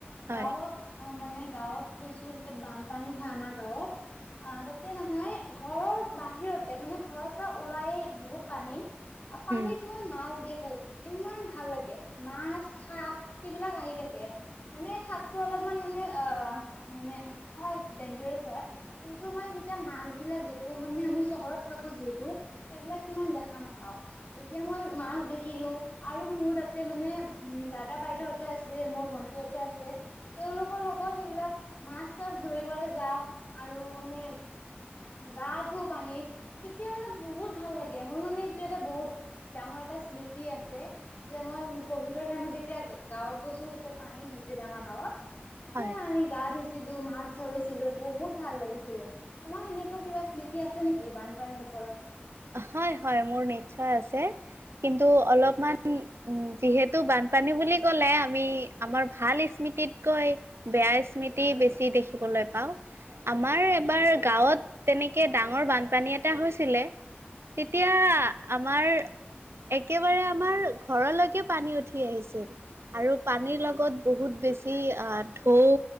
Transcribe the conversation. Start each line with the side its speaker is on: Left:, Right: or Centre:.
Right: হয়
Left: গাঁৱত, মানে গাঁৱত গৈছিলো যেতিয়া বানপানী হয় আমাৰ গাঁৱত, অ তাতে নহয় ঘৰৰ বাহিৰতে মানে ঘৰৰ পৰা ওলাই বহুত পানী, পানীত
Right: উম
Left: মই মাছ দেখো। ইমান ভাল লাগে মাছ সাপ সেইবিলাক আহি থাকে। মানে সাপটো অলপমান মানে অ মানে হয় এইটো ডেন্জাৰছ হয়। কিন্তু মই যেতিয়া মাছ বিলাক দেখো মানে আমি চহৰত থাকো যিহেতু। সেইবিলাক সিমান দেখা নাপাও যেতিয়া মই মাছ দেখিলো। আৰু মোৰ তাতে মানে দাদা বাইদেউহতে আছে মোৰ ভন্টিহতে আছে। তেওঁলোকৰ লগত সেইবিলাক মাছ চাছ ধৰিবলৈ যাওঁ আৰু মানে, গা ধুও পানীত, তেতিয়া মানে বহুত ভাল লাগে। সেইবোৰ মানে বহুত ডাঙৰ এটা স্মৃতি আছে যে মই কভিডৰ টাইমত যে, এতিয়া গাঁৱত গৈছিলোঁ তেতিয়া পানী হৈছিলে আমাৰ গাঁৱত তেতিয়া
Right: হয়
Left: আমি গা ধুইছিলো মাছ ধৰিছিলো বহুত ভাল লাগিছিলে তোমাৰ সেনে, কিবা স্মৃতি আছে নেকি বানপানীৰ ওপৰত,
Right: হয় হয় মোৰ নিশ্চয় আছে কিন্তু অলপমান, উম যিহেতু বানপানী বুলি ক'লে আমি আমাৰ ভাল স্মৃতিতকৈ, বেয়া স্মৃতি বেছি দেখিবলৈ পাও। আমাৰ এবাৰ গাঁৱত তেনেকে ডাঙৰ বানপানী এটা হৈছিলে। তেতিয়া আমাৰ, একেবাৰে আমাৰ ঘৰলৈকে পানী উঠি আহিছিল। আৰু পানীৰ লগত বহুত বেছি আহ ঢৌ,